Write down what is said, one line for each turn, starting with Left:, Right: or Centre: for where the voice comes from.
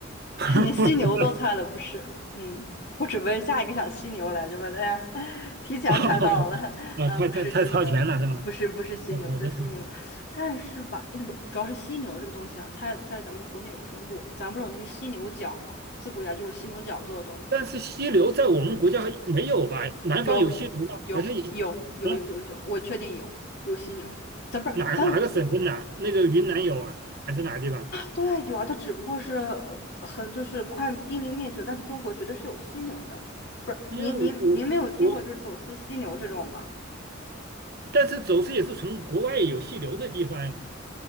Right: <laughs>
Left: <laughs> 你犀牛都猜了不是？嗯，我准备下一个想犀牛来着吧，哎呀，提前猜到了，
Right: 哦啊，
Left: 嗯，
Right: 太太太超前了是吧？
Left: 不是犀牛，不是不是犀牛，
Right: 太超前了
Left: 不是犀牛，但是吧，那不主要是犀牛这个东西啊，它在咱们国内有分布，咱不是有那个犀牛角嘛，自古以来就有犀牛角做的东西，
Right: 但是犀牛在我们国家没有吧？南方有犀牛吗？
Left: 有有有有有有有，
Right: 好像也，啊，
Left: 我确定有有犀牛，咱不是咱
Right: 哪哪个省份哪？那个云南有啊，还是哪个地方？
Left: 对啊，有啊，它只不过是呃很就是快濒临灭绝，但是中国绝对是有犀牛的，不是？
Right: 因为我我我，
Left: 您您您没有听过就是走私犀牛这种吗？
Right: 但是走私也是从国外有犀牛的地方呀，